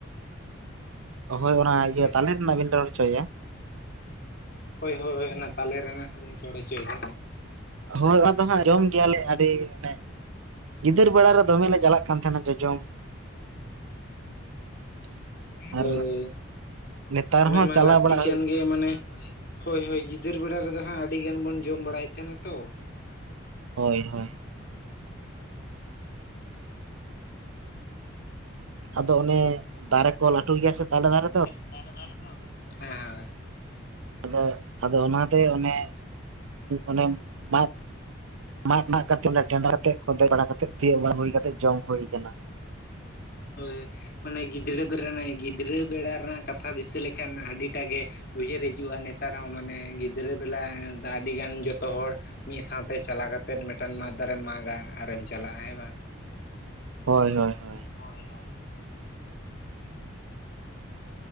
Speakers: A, on the right; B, on the left.
A: ᱦᱳᱭ ᱚᱱᱟ
B: ᱜᱚᱝᱠᱮ?
A: ᱤᱭᱟᱹ ᱛᱟᱞᱮ ᱨᱮᱱᱟᱜ ᱵᱮᱱ ᱨᱚᱲ ᱦᱚᱪᱚᱭᱮᱭᱟ?
B: ᱦᱳᱭ ᱦᱳᱭ ᱚᱱᱟ ᱛᱟᱞᱮ ᱨᱮᱱᱟᱜ ᱦᱟᱸᱞᱤᱧ ᱨᱚᱲ ᱦᱚᱪᱚᱭᱮᱫᱟ᱾
A: ᱦᱳᱭ ᱟᱫᱚ ᱦᱟᱸᱜ ᱡᱚᱢ ᱜᱮᱭᱟᱞᱮ ᱟᱹᱰᱤ ᱢᱟᱱᱮ ᱜᱤᱫᱟᱹᱨ ᱵᱮᱲᱟ ᱨᱮ ᱫᱚᱢᱮ ᱞᱮ ᱪᱟᱞᱟᱜ ᱠᱟᱱ ᱛᱟᱦᱮᱸᱱᱟ ᱡᱚᱡᱚᱢ᱾ <unintelligible> ᱟᱨ
B: ᱦᱳᱭ
A: ᱱᱮᱛᱟᱨ
B: ᱚᱱᱟ
A: ᱦᱚᱸ
B: ᱢᱟ
A: ᱪᱟᱞᱟᱣ
B: ᱞᱟᱹᱠᱛᱤ
A: ᱵᱟᱲᱟᱜ ᱦᱩᱭᱩᱜ
B: ᱠᱟᱱ ᱜᱮ ᱢᱟᱱᱮ ᱦᱳᱭ ᱦᱳᱭ ᱜᱤᱫᱟᱹᱨ ᱵᱮᱲᱟ ᱨᱮᱫᱚ ᱦᱟᱸᱜ ᱟᱹᱰᱤ ᱜᱟᱱ ᱵᱚᱱ ᱡᱚᱢ ᱵᱟᱲᱟᱭᱮᱫ ᱛᱟᱦᱮᱸᱱᱟ ᱛᱚ,
A: ᱦᱳᱭ ᱦᱳᱭ᱾ ᱟᱫᱚ ᱚᱱᱮ ᱫᱟᱨᱮ ᱠᱚ ᱞᱟᱹᱴᱩ ᱜᱮᱭᱟ ᱥᱮ ᱛᱟᱞᱮ ᱫᱟᱨᱮ ᱛᱚ
B: ᱦᱮᱸ ᱦᱮᱸ ᱦᱚᱭ᱾
A: ᱟᱫᱚ ᱟᱫᱚ ᱚᱱᱟᱛᱮ ᱚᱱᱮ ᱚᱱᱮ ᱢᱟᱫ ᱢᱟᱫ ᱢᱟᱜ ᱠᱟᱛᱮ ᱠᱮ ᱴᱮᱸᱰᱟᱨ ᱠᱟᱛᱮᱮᱫ ᱠᱚᱸᱫᱮ ᱵᱟᱲᱟ ᱠᱟᱛᱮᱫ ᱛᱤᱭᱳ ᱵᱟᱝ ᱦᱩᱭ ᱠᱟᱛᱮᱮᱫ ᱡᱚᱢ ᱦᱩᱭ ᱠᱟᱱᱟ᱾
B: ᱦᱳᱭ᱾ ᱢᱟᱱᱮ ᱜᱤᱫᱽᱨᱟᱹ ᱵᱮᱲᱟ ᱨᱮ ᱜᱤᱫᱽᱨᱟᱹ ᱵᱮᱲᱟ ᱨᱮᱱᱟᱜ ᱠᱟᱛᱷᱟ ᱫᱤᱥᱟᱹ ᱞᱮᱠᱷᱟᱱ ᱟᱹᱰᱤ ᱴᱟᱜ ᱜᱮ ᱩᱭᱦᱟᱹᱨ ᱦᱤᱡᱩᱜᱼᱟ ᱱᱮᱛᱟᱨ ᱦᱚᱸ ᱢᱟᱱᱮ ᱜᱤᱫᱽᱨᱟᱹ ᱵᱮᱞᱟ ᱟᱹᱰᱤᱜᱟᱱ ᱡᱚᱛᱚ ᱦᱚᱲ ᱢᱤᱫ ᱥᱟᱶᱛᱮ ᱪᱟᱞᱟᱣ ᱠᱟᱛᱮᱜ ᱢᱤᱫᱴᱟᱝ ᱢᱟᱫ ᱫᱟᱨᱮᱢ ᱢᱟᱜᱟ ᱟᱨᱮᱢ ᱪᱟᱞᱟᱜᱼᱟ ᱦᱮᱸ ᱵᱟᱝ?
A: ᱦᱳᱭ ᱦᱳᱭ ᱦᱳ
B: ᱦᱳᱭ ᱦᱳᱭ᱾